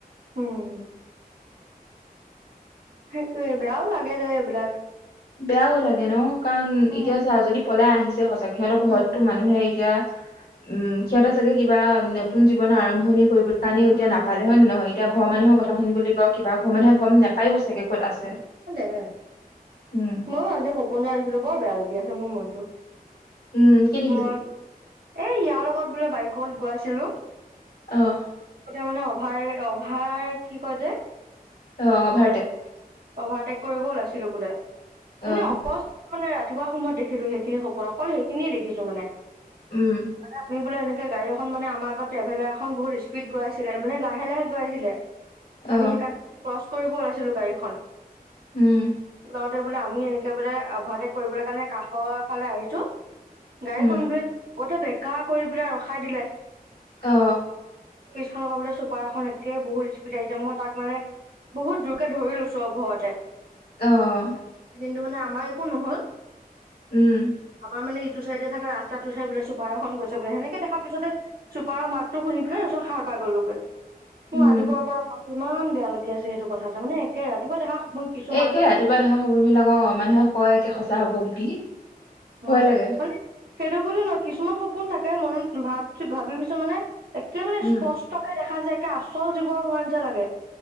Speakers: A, on the right; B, on the left.
A: উম সেইটোয়ে বেয়াও লাগে যে এইবিলাক।
B: বেয়া ও লাগে ন। কাৰণ
A: উম
B: এতিয়া চা যদি পলাই আহিছে সঁচাকে সিহঁতৰ ঘৰতো
A: উম
B: মানুহে এতিয়া উম সিহঁত চাগে কিবা নতুন জীৱনৰ আৰম্ভণি কৰিব কাহানিও
A: উম
B: এতিয়া নাপালে হয় নহয় এতিয়া ঘৰৰ মানুহে
A: উম
B: কথা শুনিব লাগিব কিবা ঘৰ মানুহে গম নাপায়ো চাগে ক'ত আছে
A: হ
B: উম,
A: ময়ো আজি সপোন যে আনিছিলো বৰ বেয়া লাগি আছে মোৰ মনটো
B: উম, কি দেখিলি?
A: মই এই ইয়াৰ লগত বোলে বাইকত গৈছিলো।
B: আহ
A: তে মানে অভাৰ -অভাৰ কি কয় যে
B: অহ, অভাৰটেক
A: অভাৰটেক কৰিব ওলাইছিলো বোলে
B: অ',
A: কোনে অকচ মানে ৰাতিপুৱা সময়ত দেখিলো সেইখিনি খবৰ অকল সেইখিনিয়ে দেখিছো মানে।
B: উম,
A: মানে আমি বোলে এনেকে গাড়ী এখন মানে আমাৰ আগত টেভেলাৰ এখন বহুত স্পীড গৈ আছিলে মানে লাহে- লাহে গৈ আছিলে
B: অ',
A: আমি সেইকাৰণ ক্ৰচ কৰিব ওলাইছিলো গাড়ীখন।
B: উম!
A: যাওঁতে বোলে আমি এনেকে বোলে অভাৰটেক কৰিব কাৰণে কাষৰ ফালে আহিছো। গাড়ীখন
B: উম।
A: বোলে লগতে বেকা কৰি পেলাই ৰখাই দিলে।
B: অ।
A: পিছফাল পৰা বোলে চুপাৰ এখন একে বহুত স্কুল স্পিদ আহিছে মই তাক মানে <unintelligible> বহুত দূৰকে ধৰি লৈছো অ ভয়তে।
B: আহ
A: টো মানে আমাৰ একো নহল
B: উম
A: অ'মানে ইটো চাইডে থকা ৰাস্তাটো চাই বোলে চুপাৰ এখন গৈছে সেনেকে দেখা পিছতে চুপাৰৰ মাততো শুনি পেলাই সাৰ পাই গলোগৈ মোৰ
B: উম
A: ৰাতিপুৱাৰ পৰা মন <unintelligible> ইমান বেয়া লাগি আছে সেইটো কথাতে মানে একে ৰাতিপুৱা দেখা সপোন কিছুমান
B: এ 'কে ৰাতিপুৱা দেখা সপোন বিলাক মানুহে কয় একে সঁচা হব বুলি।
A: অ
B: ভয় লাগে।
A: মানে সেইটো বুলিও নহয় কিছুমান সপোন থাকে মনত ভাবছ ভাবিছো মানে একে মানে
B: উম
A: স্পষ্টকে দেখা যোয় একে আচল জীৱনত হোৱাৰ নিচা লাগে।